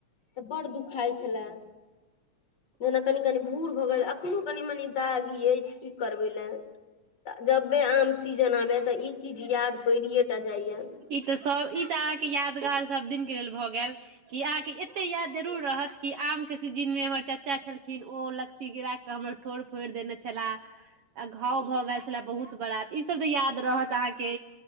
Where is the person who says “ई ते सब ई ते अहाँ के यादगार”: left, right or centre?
Right